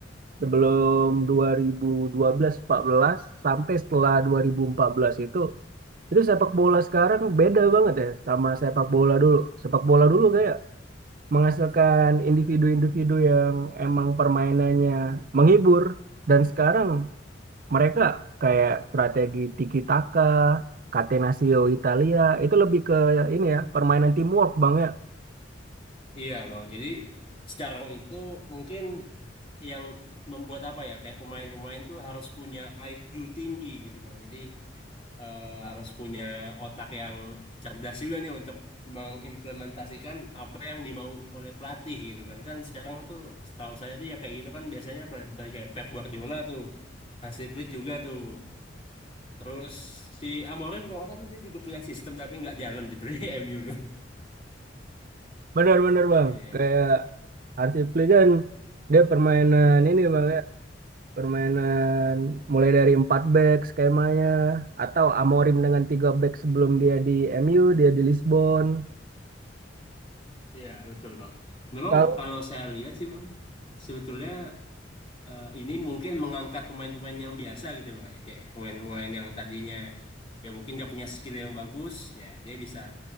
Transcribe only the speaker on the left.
Iya Bang, jadi sekarang itu mungkin yang membuat apa ya kayak pemain-pemain tuh harus punya IQ tinggi gitu Bang. Jadi eh, harus punya otak yang cerdas juga nih untuk mengimplementasikan apa yang dimau oleh pelatih gitu kan. Kan sekarang tuh setahu saya tuh ya kayak gitu kan biasanya pelatih kayak Pep Guardiola tuh, Hansi Flick juga tuh. Terus si Amorim kalau nggak salah tuh dia juga punya sistem tapi nggak jalan gitu <laughs> di MU tuh.
Iya.
Iya, betul Bang. Memang
kalau saya lihat sih Bang, sebetulnya eh, ini mungkin mengangkat pemain-pemain yang biasa gitu bang ya kayak pemain-pemain yang tadinya ya mungkin nggak punya skill yang bagus ya dia bisa